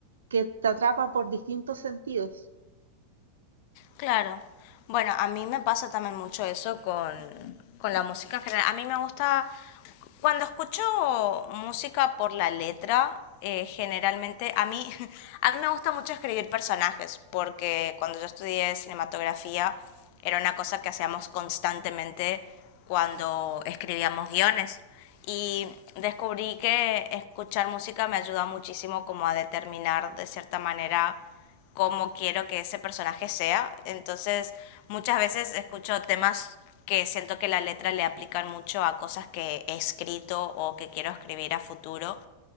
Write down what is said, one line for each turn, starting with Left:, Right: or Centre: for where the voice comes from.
Right: que te atrapa por distintos sentidos.
Left: Claro. Bueno, a mí me pasa también mucho eso con, con la música en general. A mí me gusta, cuando escucho música por la letra, eh, generalmente, a mí, <laughs> a mí me gusta mucho escribir personajes, porque cuando yo estudié cinematografía era una cosa que hacíamos constantemente cuando escribíamos guiones. Y descubrí que escuchar música me ayuda muchísimo como a determinar de cierta manera cómo quiero que ese personaje sea. Entonces, muchas veces escucho temas que siento que la letra le aplican mucho a cosas que he escrito o que quiero escribir a futuro.